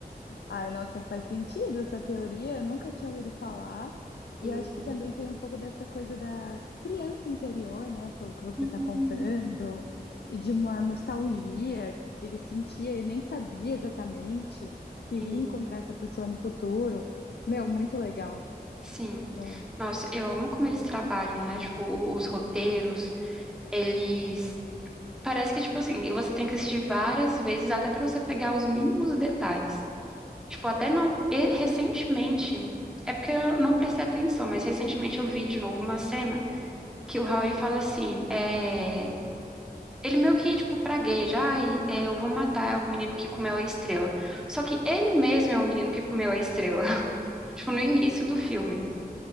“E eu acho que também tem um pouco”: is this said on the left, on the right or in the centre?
Left